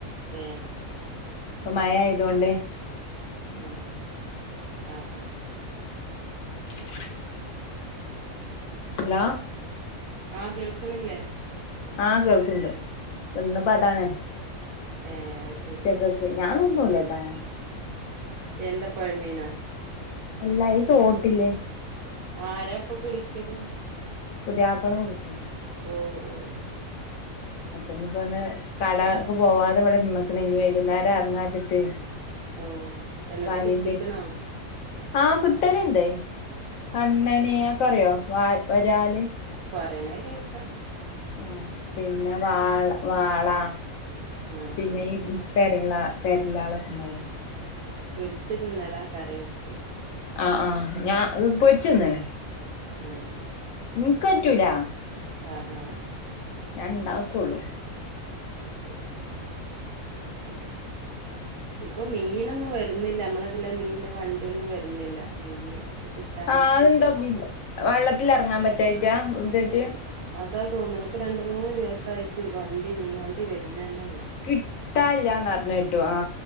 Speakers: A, on the right; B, on the left.
A: ഏ
B: പ്പ മയ ആയത്കൊണ്ട്
A: ആഹ് ആ
B: <inaudible> ഹലോ
A: ആഹ് കേൾകണില്ലേ?
B: ആഹ് കേൾക്കുണ്ട് പിന്നെ പാട്ടാണെ
A: ഏ അത് ശെരി
B: ഉച്ചക്കേക്ക് ഞാ അയ്നൊന്നുല്ലാട്ടാ
A: എന്ത് പൊഴമീനാ
B: അല്ല ഈ തോട്ടിലെ
A: ആരാ അപ്പോ പിടിക്കല്
B: പുതിയാപ്പിള പിടിക്കും
A: ഓ ഓഹ് ഹും
B: അപ്പോ ഇനിപ്പൊന്ന് കടക്കു പോവാതെ ഇവിടെ നിന്നേക്കണ് ഇനി വൈകുന്നേരം ഇറങ്ങാച്ചിട്ട്
A: ഓഹ് എന്നിട്ട്
B: വലയും
A: കിട്ടിക്കണാ
B: തെറ്റി ആഹ് കിട്ടല്ണ്ട് അങ്ങനെയാ ക്കറിയോ വാ വരാല്
A: വേണേൽ കേക്കാ
B: ആഹ് പിന്നെ വാ വാള
A: ആഹ്
B: പിന്നെ <unintelligible>
A: പെരിച്ച് തിന്നലാ കറിവെയ്ക്കാ
B: അ ആഹ് പൊരിച്ചു തിന്നണ്
A: ഉം
B: എനിക്ക് പറ്റൂല
A: ആ ആഹ്
B: ഞാൻ ഉണ്ടാക്കുള്ളു
A: അത് ശരി ആഹ് ഇപ്പോ മീനെന്നും വരുന്നില്ല നമ്മളിതിലെ മീൻ്റെ വണ്ടി ഒന്നും വരുന്നില്ല മീന് കിട്ടാഞ്ഞിട്ടാ
B: ആഹ് അതെന്താ
A: പിടിക്ക
B: വെള്ളത്തി വെള്ളത്തിൽ ഇറങ്ങാൻ പറ്റാ <unintelligible>
A: എന്താ തോന്നുണ് ഇപ്പാ രണ്ടു മൂന്ന് ദിവസായിട്ട് വണ്ടി മീൻവണ്ടി വരുന്ന തന്നെ
B: കിട്ടാൻ ഇല്ലാ അറിഞ്ഞ കേട്ടു